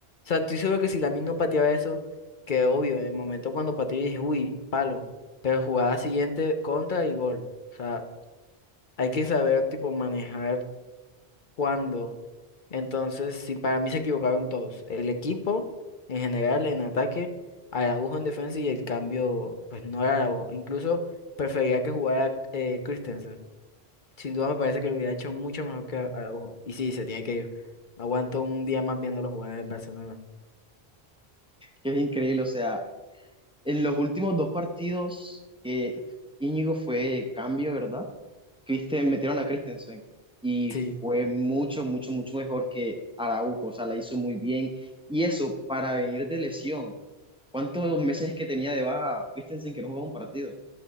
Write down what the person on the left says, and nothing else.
sea, estoy seguro que si Lamin no pateaba eso, que obvio, en el momento cuando pateó dije, uy, palo. Pero jugada siguiente, contra y gol. O sea, hay que saber, tipo, manejar cuándo. Entonces, si para mí se equivocaron todos. El equipo, en general, en ataque, Araujo en defensa y el cambio, pues no era Araujo. Incluso prefería que jugara eh, Christensen. Sin duda me parece que lo hubiera hecho mucho mejor que Araujo. Y sí, se tiene que ir. No aguanto un día más viéndolo jugar en el Barcelona.
Sí,